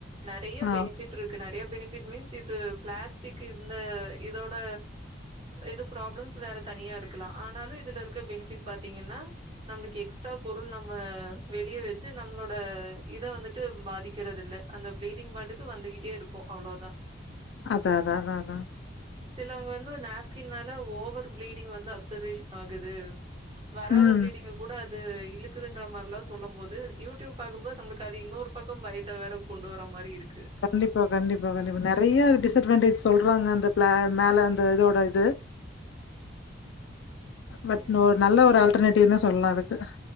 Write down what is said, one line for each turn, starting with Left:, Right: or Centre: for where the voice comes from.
Right: நெறைய
Left: ஆ
Right: பெனிபிட் இருக்கு நெறைய பெனி இட் மீன்ஸ் இது பிளாஸ்டிக் இந்த இதோட இது ப்ராப்ளம்ஸ் வேற தனியா இருக்கலா ஆனாலு இதுல இருக்க பெனிபிட் பாத்தீங்கன்னா நம்மளுக்கு எக்ஸ்ட்ரா பொருள் நம்ம வெளிய வெச்சு நம்மளோட இத வந்துட்டு பாதிக்கறது இல்ல அந்த பிளீடிங் பாட்டுக்கு வந்துகிட்டே இருக்கு அவ்வளோதா
Left: அதா அதா அதா அதா
Right: சிலவங்க வந்து ஒரு நாப்கின்னால ஓவர் பீளீடிங் வந்து அப்சர்வேஷன் ஆகுது வராத
Left: ம்
Right: பீளீடிங்க கூட அது இழுக்குதுன்ற மாரிலா சொல்லம்போது யூடியூப் பாக்கம்போது நமக்கு அது இன்னொரு பக்கோ பயத்த வேற கொண்டு வர மாரி இருக்கு
Left: கண்டிப்பா கண்டிப்பா கண்டிப்பா நறைய டிஸ்அட்வான்டேஜ் சொல்றாங்க அந்த பிள மேல அந்த இதோட இது பட்
Right: ஆமா.
Left: இன்னோர் நல்ல ஒரு ஆல்டர்னேட்டிவ் ந்தா சொல்லா அதுக்கு